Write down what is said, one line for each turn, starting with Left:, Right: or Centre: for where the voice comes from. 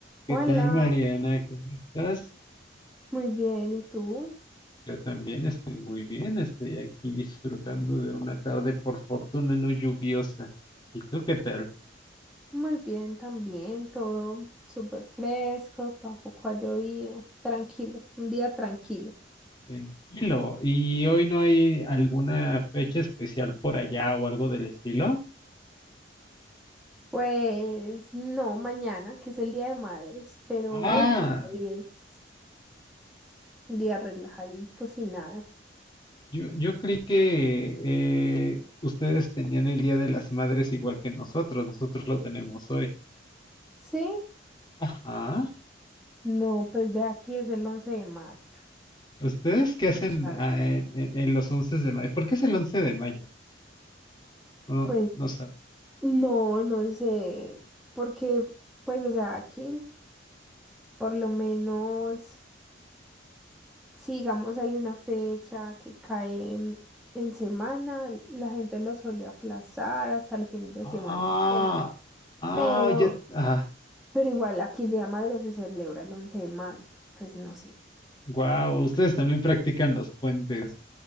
Left: ¿Qué
Centre: Hola,
Left: tal, Mariana? ¿Cómo estás?
Centre: muy bien. ¿Y tú?
Left: Yo también estoy muy bien, estoy aquí disfrutando de una tarde por fortuna no lluviosa. ¿Y tú qué tal?
Centre: Muy bien también, todo súper fresco, tampoco ha llovido. Tranquilo, un día tranquilo.
Left: Tranquilo. ¿Y hoy no hay alguna fecha especial por allá o algo del estilo?
Centre: Pues no, mañana, que es el Día de Madres, pero
Left: Ah,
Centre: hoy no, hoy es un día relajadito, sin nada.
Left: yo, yo creí que eh, ustedes tenían el Día de las Madres igual que nosotros, nosotros lo tenemos hoy.
Centre: ¿Sí?
Left: Ajá.
Centre: No, pues ve aquí, es el 11 de mayo.
Left: ¿Ustedes qué hacen
Centre: Claro.
Left: ah, en, en- en los 11 de mayo? ¿Por qué es el 11 de mayo? No,
Centre: Pues
Left: no sabes.
Centre: no, no sé, porque pues o sea, aquí por lo menos si digamos hay una fecha que cae en, en semana, la gente lo suele aplazar hasta el fin de
Left: Ah,
Centre: semana, ¿cierto?
Left: ah,
Centre: Pero,
Left: ya, ah,
Centre: pero igual aquí el Día de Madre se celebra el 11 de mayo, entonces no sé.
Left: wow, ustedes también practican los puentes.